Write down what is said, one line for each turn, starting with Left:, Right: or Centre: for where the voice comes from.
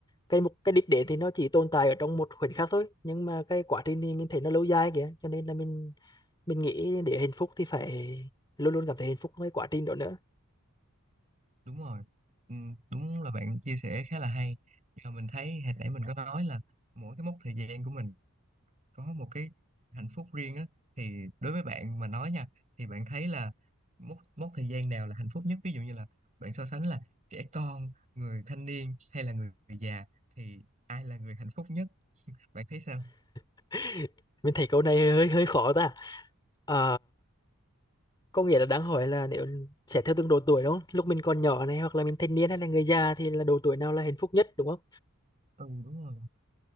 Left: cái mục cái đích đến thì nó chỉ tồn tại ở trong một khoảnh khắc thôi nhưng mà cái quá trình thì mình thấy nó lâu dài kìa cho nên là mình mình nghĩ để hạnh phúc thì phải luôn luôn cảm thấy hạnh phúc với quá trình đó nữa
Right: đúng rồi ừ, đúng là bạn chia sẻ khá là hay Và mình thấy hồi nãy mình có nói là mỗi cái mốc thời gian của mình có một cái hạnh phúc riêng á thì đối với bạn mà nói nha thì bạn thấy là mốc mốc thời gian nào là hạnh phúc nhất ví dụ như là bạn so sánh là trẻ con người thanh niên hay là người già thì ai là người hạnh phúc nhất bạn thấy sao
Left: <laughs> mình thấy câu này hơi hơi khó ta Ờ, có nghĩa là đang hỏi là nếu sẽ theo từng độ tuổi đúng không lúc mình còn nhỏ này hoặc là mình thanh niên hay là người già thì là độ tuổi nào là hạnh phúc nhất đúng không
Right: ừ đúng rồi